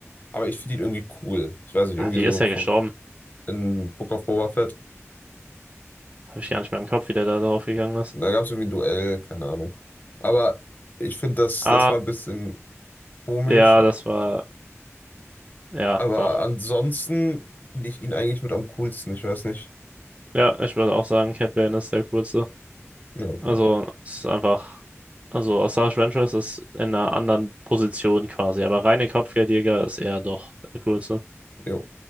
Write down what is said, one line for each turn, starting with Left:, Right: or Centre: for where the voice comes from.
Left: aber ich finde ihn irgendwie cool. Ich weiß nicht,
Right: Ah,
Left: irgendwie
Right: wie
Left: so
Right: ist er
Left: vom
Right: gestorben?
Left: in Book of Boba Fett.
Right: Habe ich gar nicht mehr im Kopf, wie der da drauf gegangen ist.
Left: Da gab es irgendwie ein Duell, keine Ahnung. Aber ich finde, das,
Right: Ah,
Left: das war ein bisschen komisch.
Right: ja, das war, ja,
Left: Aber
Right: doch.
Left: ansonsten finde ich ihn eigentlich mit am coolsten. Ich weiß nicht.
Right: Ja, ich würde auch sagen, Cat Bane ist der kurze.
Left: Ja, okay.
Right: Also, es ist einfach, also Osage Ventress ist in einer anderen Position quasi, aber reine Kopfgeldjäger ist er doch der kurze.
Left: Jo.